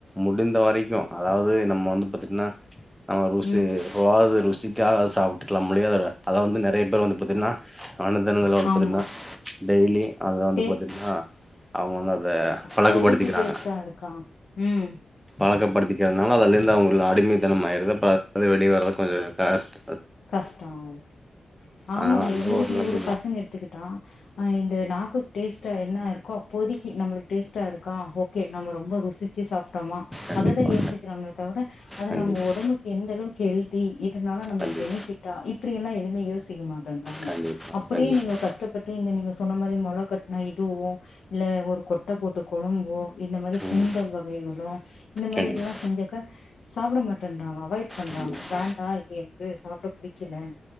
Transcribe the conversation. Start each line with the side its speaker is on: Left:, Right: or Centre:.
Centre: முடிந்த வரைக்கு அதாவுது நம்ம வந்து பாத்தீட்ன்னா நம்ம <unintelligible>
Left: ம்
Centre: ருசிக்காக அத சாப்புட்டுக்கலாம் முழிய அத அத வந்து நறைய பேர் வந்து பாத்தீங்ன்னா <unintelligible> எல்லா வந்து
Left: ஆமா
Centre: பாத்தீன்னா டெய்லி அத வந்து
Left: டேஸ்ட்
Centre: பாத்தீட்ன்னா அவுங்க வந்து அத பழக்கப்படுத்திக்கிறாங்க
Left: போதிக்கி டேஸ்டா இருக்கா ம்
Centre: பழக்கப்படுத்திக்கிறதுனால அதலேருந்து அவுங்களுக்கு அடிமைத்தனம் ஆயிர்து அப்பறம் அதாவது வெளியேவர கொஞ்ச காஷ்ட்
Left: கஷ்ட ஆவு ஆமாங்க
Centre: அதனால அந்த
Left: எங்க
Centre: ஒரு
Left: வீட்லயே
Centre: நிலைமை
Left: கூடோ
Centre: மா
Left: பசங்க எடுத்துக்கிட்டா அ இந்த நாக்கு டேஸ்ட்டா என்ன இருக்கோ அப்போதிக்கி கி நம்மளுக்கு டேஸ்ட்டா இருக்கா ஓகே நம்ப ரொம்ப ருசிச்சி சாப்ட்டோமா
Centre: கண்டிப்பா
Left: அததுதான் யோசிக்கிறாங்கள தவிர அது
Centre: கண்டிப்பா
Left: நம்ம ஒடம்புக்கு எந்த அளவு ஹெல்தி இதனால நம்ப
Centre: கண்டிப்பா
Left: டா இப்டியெல்லா எதுமே யோசிக்க மாட் டன்டாங்கோ
Centre: கண்டி கண்டிப்பா
Left: அப்டியே
Centre: கண்டிப்பா
Left: நீங்கோ கஷ்டப்பட்டு இந்த நீங்க சொன்ன மாரி மொள கட் நா இதுவோ இல்ல ஒரு கொட்ட போட்டு கொழம்போ இந்த மாரி சுண்டல்
Centre: ம்
Left: வகைகளு இந்த மாரி
Centre: கண்டிப்
Left: இதல்லா செஞ்சாக்க சாப்ட மாட் <unintelligible> அவாய்ட் பண்றாங்கோ
Centre: கண்டிப்பா
Left: வேண்டா இது எது சாப்ட புடிக்கல